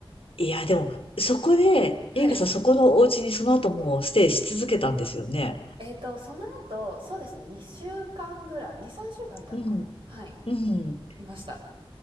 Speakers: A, on the left; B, on the right.
A: いや、でも、そこで、
B: はい。
A: ゆいかさん、そこのお家にその後もうステイし続けたんですよね。
B: えっと、その後、そうですね、2週間ぐらい、2、3週間いたのかなはい。
A: うん。うん。
B: いました。